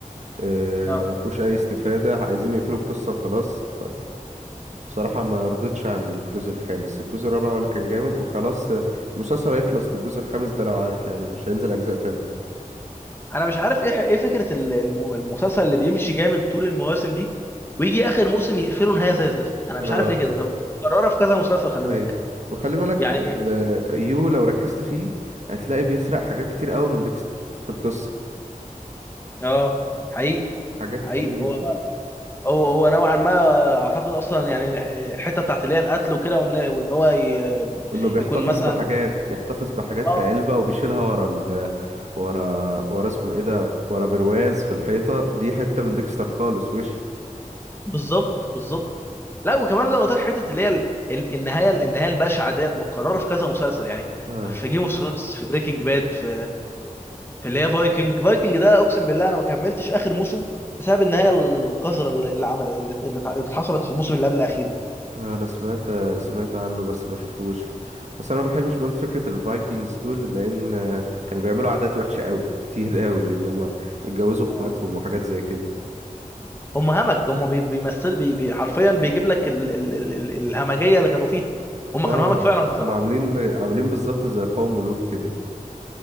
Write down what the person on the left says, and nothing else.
اه
انا مش عارف ايه ايه فكره ال- الم- المسلسل اللي بيمشي جامد طول المواسم دي ويجي اخر موسم يقفله نهايه زي الزفت انا
مش عارف ليه كده ده متكرره في كذا مسلسل خلي
بالك
يعني
اه حقيقي
حقيقي
هو هو هو نوعا ما اعتقد اصلا يعني الحته بتاعت اللي هي القتل وكده وان وان هو ي-
يكون مثلا
اه
بالظبط بالظبط لا وكمان زي ما قلت لك حته اللي هي ال- ال- النهايه النهايه البشعه ديت متكرره في كذا مسلسل يعني
في جيم اوف ثرونز في بريكنج باد في في اللي هي فايكنج فايكنج ده اقسم بالله انا ما كملتش اخر موسم بسبب النهايه القذره اللي اللي عمل اللي اللي اتع- اللي حصلت في الموسم اللي قبل الاخير ده
يعني
هم همج هم بي- بيمثل بي بي حرفيا بيجيب لك ال ال ال ال الهمجيه اللي كانوا فيها هم
كانوا همج فعلا بصراحه